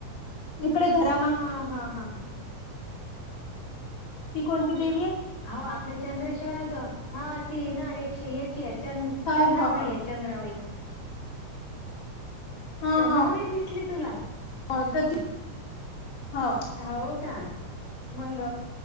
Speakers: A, on the left; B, on the left.
A: इकडे घर
B: हा हा हा हा.
A: ती कोणती देवी आय?
B: हाओ आपले चंद्रेश्वराजो हा ती ना एकशे एकची आहे च चंद्रावळी
A: हो हो ह
B: एय. चंद्रावळी.
A: हा
B: चणावळी
A: हा
B: दिसली तुला?
A: हो त ती, हा.
B: हाव का? मंग